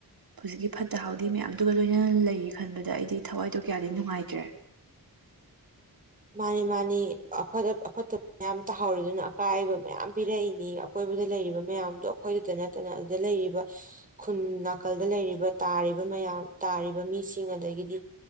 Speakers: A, on the right; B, on the right.
A: ꯍꯧꯖꯤꯛꯀꯤ ꯐꯠꯇ ꯍꯥꯎꯊꯤ ꯃꯌꯥꯝꯗꯨꯒ ꯂꯣꯏꯅ ꯂꯩꯔꯤ ꯈꯟꯕꯗ ꯑꯩꯗꯤ ꯊꯋꯥꯏꯗꯣ ꯀꯌꯥꯗꯤ ꯅꯨꯡꯉꯥꯏꯇ꯭ꯔꯦ
B: ꯃꯥꯅꯤ ꯃꯥꯅꯤꯐ ꯑꯐꯠꯇꯕ ꯃꯌꯥꯝ ꯇꯥꯍꯧꯔꯤ ꯑꯗꯨꯅ ꯑꯀꯥꯏꯕ ꯃꯌꯥꯝ ꯄꯤꯔꯛꯏꯅꯤ ꯑꯀꯣꯏꯕꯗ ꯂꯩꯔꯤꯕ ꯃꯌꯥꯝꯗꯣ ꯑꯩꯈꯣꯏꯗꯇ ꯅꯠꯇꯅ ꯑꯗꯨꯗ ꯂꯩꯔꯤꯕ ꯈꯨꯟ ꯅꯥꯀꯜꯗ ꯂꯩꯔꯤꯕ ꯇꯥꯔꯤꯕ ꯃꯌꯥꯝ ꯇꯥꯔꯤꯕ ꯃꯤꯁꯤꯡ ꯑꯗꯒꯤꯗꯤ